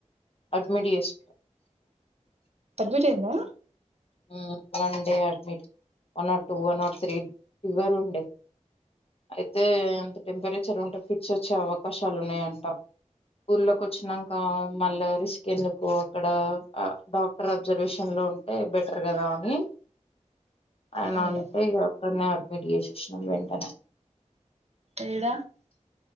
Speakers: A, on the left; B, on the right.
A: అడ్మిట్ చేస్
B: అడ్మిట్ అయిందా
A: మ్మ్ one day admit one or two one or three fever ఉండే అయితే అంత టెంపరేచర్ ఉంటే ఫిడ్స్ వచ్చే అవకాశాలు ఉన్నాయంట ఊర్ లోకి వచ్చినంక మళ్ళా రిస్క్ ఎందుకు అక్కడ డాక్టర్ అబ్జర్వేషన్ లో లో ఉంటే బెటర్ కదా అని ఆయన
B: అవును
A: అంటే ఇగా అక్కడనే అడ్మిట్ చేసిర్ క్షం వెంటనే
B: ఏడ